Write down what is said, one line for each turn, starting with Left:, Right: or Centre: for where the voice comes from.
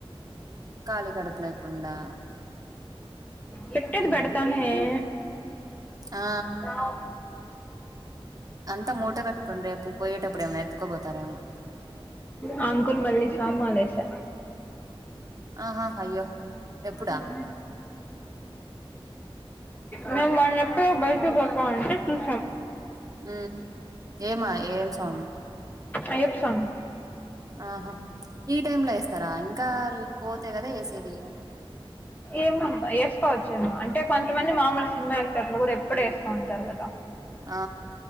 Right: ఖాళీ కడుపు లేకుండా
Left: పెట్టేది
Right: ఉమ్
Left: పెడతానే ఏ
Right: ఆ
Left: ఆం
Right: అంతా మూట కట్టుకుని రేపు పోయేటప్పుడు ఏమైనా ఎత్తుకోపోతారేమో
Left: ఆ అంకుల్ మళ్లి స్వామి మాలేసా
Right: ఆహా అయ్యో ఎప్పుడా
Left: ఉమ్ నేన్ వాళ్ళను ఎప్పుడో బై ఎత్తుకు పోతా అంటే చూసాం
Right: ఉమ్ ఏమా ఏం సాంగ్
Left: అయప్ప సాంగ్
Right: ఆహా ఈ టైమ్ లో యేస్తారా ఇంకా పోతే గదా యేసేది
Left: ఏమోబ్బ ఏసుకోవచ్చ ఏమో అంటే కొంతమంది మామూలుగ సినిమా యాక్టర్లు ఇప్పుడు వేస్త ఉంటారు కదా
Right: ఆ